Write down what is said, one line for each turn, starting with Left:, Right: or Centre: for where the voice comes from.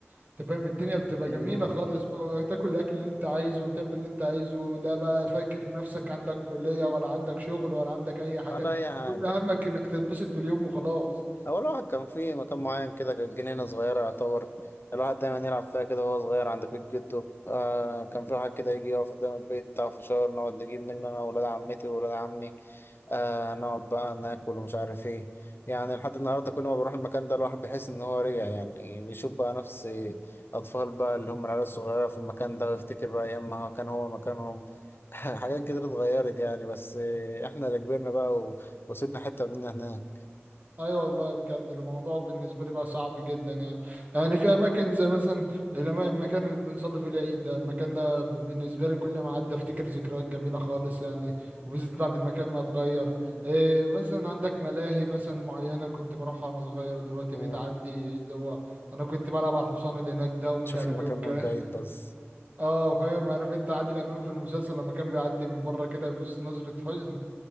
Right: انت فاهم الدنيا بتبقى
Left: امم
Right: جميلة خالص بقى وتاكل الأكل اللي انت عايزه وتعمل اللي انت عايزه لا بقى فاكر نفسك عندك كلية ولا عندك شغل ولا عندك أي حاجة
Left: ولا اي حاجه
Right: كل همك انك تتبسط باليوم وخلاص
Left: هو الواحد كان في مكان معين كده كانت جنينة صغيرة يعتبر الواحد دايما يلعب فيها كده وهو صغير عند بيت جده آه كان في واحد كده يجي يقف قدام البيت بتاع فشار نقعد نجيب منه أنا وولاد عمتي وولاد عمي آه نقعد بقى ناكل ومش عارف ايه يعني لحد النهاردة كل ما بروح المكان ده الواحد بيحس إن هو رجع يعني بيشوف بقى نفس أطفال بقى اللي هم العيال الصغيرة في المكان ده ويفتكر بقى أيام ما هو- كان هو مكانهم <laughs> حاجات كتير اتغيرت يعني بس آه، احنا اللي كبرنا بقى و- وسيبنا حتة مننا
Right: ايوه والله بجد الموضوع بالنسبه لي بقى صعب جدا يعني يعني في اماكن زي مثلا لما- المكان اللي بنصلي فيه العيد ده المكان ده ب- بالنسبه لي كل ما اعدي افتكر ذكريات جميله خالص يعني وبالذات بعد المكان ما اتغير إيه مثلا عندك ملاهي مثلا معينه كنت بروحها وانا صغير دلوقتي
Left: هناك
Right: بقيت اعدي اللي هو انا كنت بلعب على الحصان اللي هناك ده ومش
Left: تشوف
Right: عارف
Left: المكان
Right: ايه والكلام
Left: من بعيد
Right: <laughs>
Left: بس
Right: اه فاهم عارف انت عادل امام في المسلسل لما كان بيعدي من بره كده يبص نظره حزن